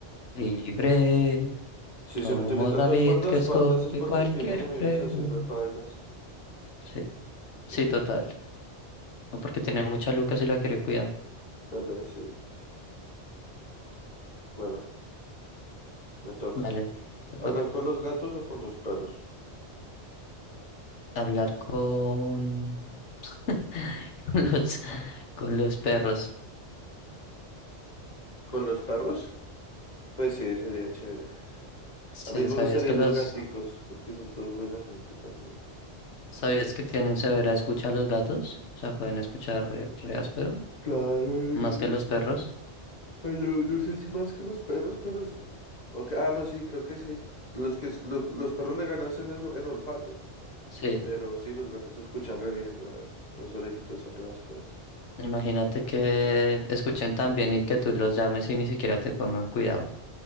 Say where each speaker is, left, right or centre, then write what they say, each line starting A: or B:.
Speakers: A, on the left; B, on the left.
A: Libre.
B: Sí,
A: Como
B: si no tiene tantos
A: David
B: guardaespaldas
A: que escoge
B: es porque
A: cualquier
B: tiene enemigos
A: pregunta.
B: así repailas.
A: Sí, sí,
B: Sí,
A: total. No porque tiene mucha luca si la quiere cuidar.
B: tal vez, sí. Bueno, me toca.
A: Dale, te toca.
B: ¿Hablar con los gatos o con los perros?
A: Hablar con, <laughs> con los, con los perros.
B: ¿Con los perros? Pues sí, sería chévere.
A: Sí,
B: A mí me
A: ¿sabías
B: gustaría
A: que
B: los
A: los,
B: gaticos, porque son todos buena gente también.
A: sabías que tienen severa escucha a los gatos? O sea, pueden escuchar re, re áspero,
B: Claro, los
A: más
B: gatos.
A: que los perros.
B: Ay, No, no sé si más que los perros, pero sí. Ok, Ah, no, sí, creo que sí. Los que es- lo- los perros le ganan en, el- en olfato,
A: Sí,
B: pero sí, los gatos se escuchan re bien, weón. Esas orejitas son re ásperas.
A: imagínate que escuchen tan bien y que tú los llames y ni siquiera te pongan cuidado.